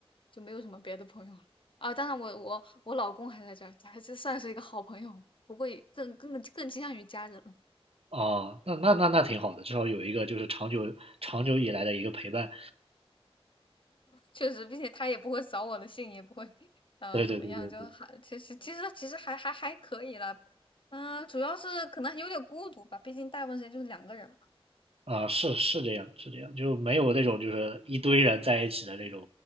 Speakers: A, on the left; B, on the right.
A: 就没有什么别的朋友了啊。当然我，我我老公还在这儿，还是算是一个好朋友，不过也更更更倾向于家人了
B: 哦，那那那那挺好的，至少有一个就是长久长久以来的一个陪伴。
A: 确实，并且他也不会扫我的兴，也不会呃怎么样，
B: 对对对对对，
A: 就还其实其实其实还还还可以啦。嗯，主要是可能有点孤独吧，毕竟大部分时间就是两个人嘛。
B: 啊，是是这样的是这样，就没有那种就是一堆人在一起的那种